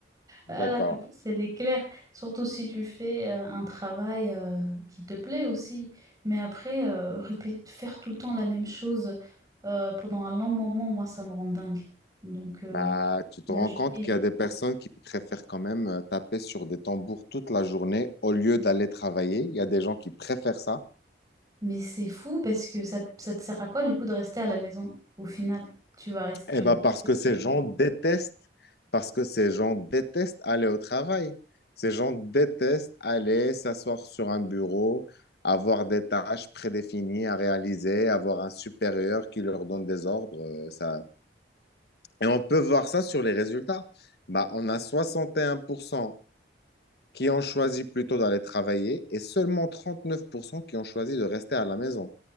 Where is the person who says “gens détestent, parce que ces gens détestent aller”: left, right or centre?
Left